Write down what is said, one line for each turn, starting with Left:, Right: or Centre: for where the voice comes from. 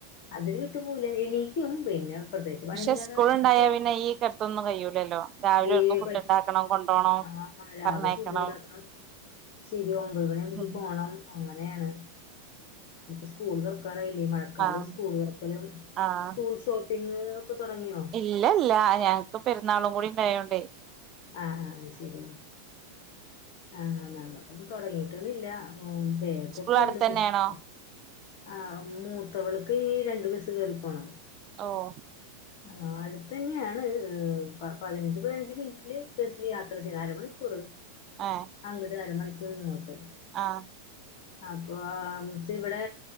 Left: അതില് വിട്ടു പൂവില്യ. എണീക്കും പിന്ന പ്രത്യേകിച്ച് പണിയൊന്നും
Right: പക്ഷെ
Left: ഇല്ലാത്ത
Right: സ്കൂൾ
Left: കാരണം
Right: ഉണ്ടായാ
Left: സോ
Right: പിന്നെ ഈ കെടത്തൊന്നും കയ്യൂലല്ലോ രാവിലെ
Left: ഏഹ്
Right: ഓൽക്ക് ഫുഡ്
Left: പറ്റി
Right: ഉണ്ടാക്കണം കൊണ്ടോണം
Left: ആഹ് രാവിലെ
Right: പറഞ്ഞയക്കണം
Left: ഫുഡ് ഉണ്ടാക്കണം ശരി ഒമ്പത് മണി ആകുമ്പേക്ക്
Right: ഉം
Left: പോണം അങ്ങനെയാണ് ഇപ്പ സ്കൂൾ തുറക്കാറായില്ലേ മഴക്ക
Right: ആഹ്
Left: സ്കൂള് തൊറക്കലും
Right: ആഹ്
Left: സ്കൂൾ ഷോപ്പിങ് ഒക്ക തൊടങ്ങ്യോ?
Right: ഇല്ല ഇല്ല ഞങ്ങൾക്ക് പെരുന്നാളും കൂടി ഇണ്ടായോണ്ടേ
Left: ആഹ് ആഹ് അത് ശരി ആഹ് നമ്മക്കും തൊടങ്ങിയിട്ടൊന്നുല്ല ഉം ബാഗോക്കെണ്ട്
Right: സ്കൂൾ അടുത്തന്നെയാണോ
Left: പുസ്തകങ്ങള് ആഹ് മൂത്തവൾക്ക് ഈ രണ്ടു ബസ്സ് കേറിപ്പോണം.
Right: ഓഹ്
Left: ആഹ് അടുത്തന്ന്യാണ് ഏഹ് പതിനഞ്ച് പതിനഞ്ച് മിനി റ്റ്ല് ബസ്സില് യാത്ര ചെയ്യണം. അര മണിക്കൂറ്.
Right: ആഹ്
Left: അങ്ക്ട് അരമണിക്കൂറ് ഇങ്ങോട്ട്
Right: ആഹ്
Left: അപ്പോ ആം എന്നച്ച ഇവിടെ